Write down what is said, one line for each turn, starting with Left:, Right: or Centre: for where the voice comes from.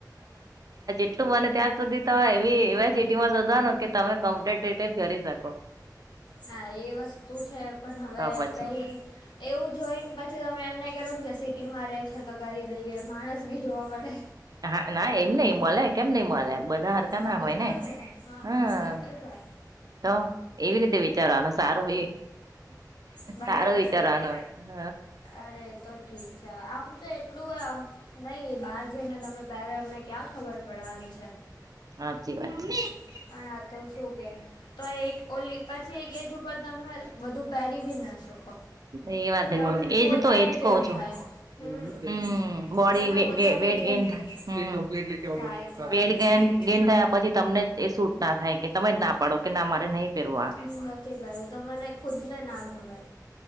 Right: એટલું બને ત્યાં સુધી તમેવી એવા સિટીમાં શોધવાનું કે તમે કોમ્પેટેટી કરી શકો
Left: હા એ વસ્તુ છે, પણ હવે
Right: તો પછી.
Left: કેવું એવું જોઈને પછી તમે એમને કેું કે સિટીમાં રે છો તો કરી દઈએ માણસ બી જોવા પડે
Right: હા ના એમ નહિ મળ કેમ નહ મળે બધા હરકા
Left: મળી
Right: ના હોય
Left: તો
Right: ને
Left: જાય હા
Right: હમ
Left: હા મળી તો જાય
Right: તો એવી રીતે વિચારવાનું સારું
Left: બંને
Right: સારું
Left: હોય
Right: વિચારવાનું
Left: સારી
Right: હ
Left: અરે તો ઠીક છે આમ તો એટલું હોય આમ નઈ એ બહાર જઈને તમે પેલો એમને ક્યાં ખબર પડવાની છે.
Right: સાચી વાત છે.
Left: પણ આ તો શું કે તો એક ઓલી પછી એક એજ ઉપર તમે બધું પહેરી બી ના શકો
Right: એ વાત
Left: તમને
Right: એજ
Left: પોતાને
Right: તો એજ
Left: જ
Right: કહ
Left: એમ
Right: છો,
Left: થાય હમ
Right: હમ બોડી
Left: તમને
Right: વેટ
Left: પોતાને જ
Right: ગેન
Left: એમ
Right: થાય
Left: થઈ જાય થાય થાય
Right: વેટ ગેન
Left: બધું જ
Right: થયા પછી તમને એ ના થાય કે તમે જ ના પાડો કે ના મારે નહીં પહેરવા
Left: નથી પારું ત મને ખુદ ને ના ગમે